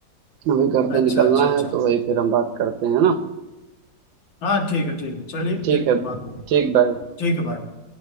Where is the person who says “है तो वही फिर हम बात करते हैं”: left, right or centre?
Right